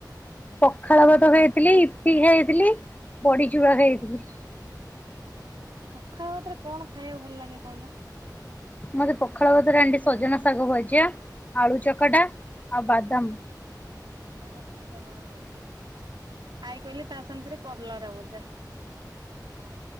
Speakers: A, on the left; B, on the right.
A: ପଖାଳ ଭାତ ଖାଇଥିଲି ଇପି ଖାଇଥିଲି ବଡି ଚୁରା ଖାଇଥିଲି।
B: ପଖାଳ ଭାତରେ କଣ ଖାଇବାକୁ ଭଲ ଲାଗେ କହିଲ।
A: ମତେ ପଖାଳ ଭାତରେ ଏଣ୍ଡି ସଜନା ଶାଗ ଭଜା ଆଳୁ ଚକଟା ଆଉ ବାଦାମ।
B: ଆଉ ଭାତରେ କଲରା <unintelligible> ଆଇ କହିଲେ ତା ସାଂଗରେ କରଲାର ଭଜା ହଁ।